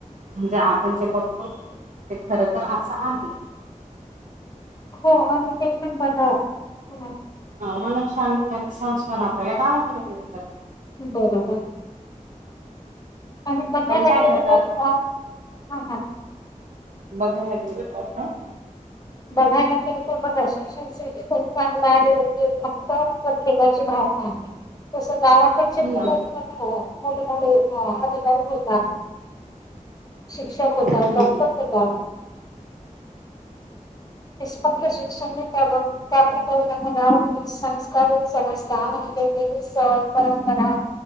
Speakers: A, on the right; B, on the left.
A: म्हणजे आपण जे बघतो, ते खर तर असं आहे.
B: हो, आणि ते पण बघा हा,
A: मन शांती आणि संस्कार आपल्याला गावाकडे मिळतात.
B: बरोबर. <unintelligible> बसायला
A: पण काय
B: गेले
A: करतात
B: तर हां -हां.
A: बघायला गेलेत का आता?
B: बघायला गेले तर बघाच शि चांगलं आहे, फक्त प्रत्येकाची भावना. तस गावात <inaudible> मोठे
A: हम्म.
B: मोठे अधिकारी हो शिक्षक होता,
A: हम्म.
B: डॉक्टर होतात. फक्त शिक्षण नाही त्या-त्या प्रकारे त्यांना गाव संस्कार ही समजता आणि वेगवेगळे सण, परंपरा.